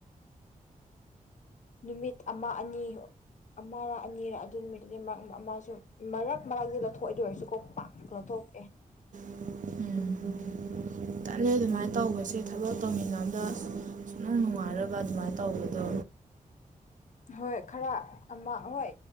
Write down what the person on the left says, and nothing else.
ꯅꯨꯃꯤꯠ ꯑꯃ ꯑꯅꯤ ꯑꯃꯔ ꯑꯅꯤꯔ ꯑꯗꯨ ꯅꯨꯃꯤꯠꯇꯗꯤ ꯃꯔꯛ ꯑꯃꯁꯨ ꯃꯔꯛ ꯃꯔꯛꯇ ꯂꯧꯊꯣꯛꯑꯦ ꯑꯗꯨꯑꯣꯏꯔꯁꯨꯀꯣ ꯄꯥꯛ ꯂꯧꯊꯣꯛꯀꯦ
ꯍꯣꯏ ꯈꯔ ꯑꯃ ꯍꯣꯏ